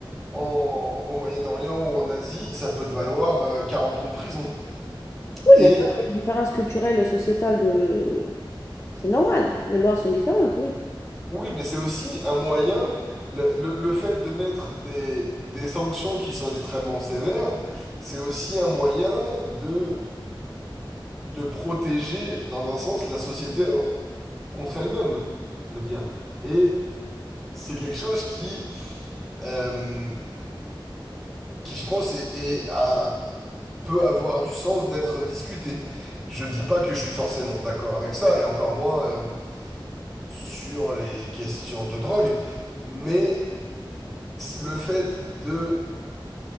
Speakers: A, in the centre; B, on the left.
A: En, au Moyen-Orient ou en Asie, ça peut te valoir euh, 40 ans de prison. Et
B: Mais ça, c'est les différences culturelles et sociétales de... C'est normal, les lois sont différentes, oui.
A: Oui, mais c'est aussi un moyen, le, le- le fait de mettre des, des sanctions qui sont extrêmement sévères, c'est aussi un moyen de, de protéger, dans un sens, la société en- contre elle-même, je veux dire. Et c'est quelque chose qui, euh, qui je pense, est, est un- peut avoir du sens d'être discuté. Je dis pas que je suis forcément d'accord avec ça, et encore moins, euh, sur les questions de drogue, mais le fait de